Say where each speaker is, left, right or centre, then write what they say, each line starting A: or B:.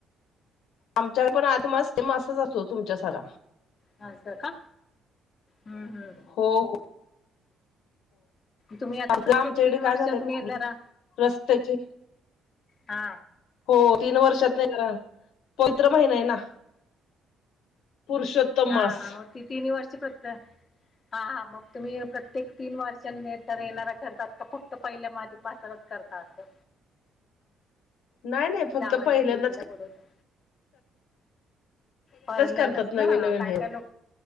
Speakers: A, on the left; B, on the left.
A: आमच्या पण आध, मास ते मास असतो तुमच्या सारा
B: ह अस का ह् ह्.
A: हो हो.
B: तुम्ही आता
A: आ
B: प्रत्येक
A: आमच्याकडे
B: तीन वर्षातून
A: काय झालंय प्रॉब्लेम
B: येणारा
A: रस्त्याचे
B: हा
A: हो तीन वर्षात न पवित्र महिना आहे ना. पुरुषोत्तम
B: हा
A: मास.
B: हा मग ती तिनही वर्ष फत हा हा मग तुम्ही प्रत्येक तीन वर्ष तर येणार करतात का फक्त पहिल्या अधिक बसरच करत असं.
A: नाही नाही फक्त
B: जावायला
A: पहिल्यांदाच
B: लेकीला बोलवतात. पहिल्यांदाच
A: करतात
B: ना
A: नवीन नवीन
B: काय
A: आहे.
B: काय लोक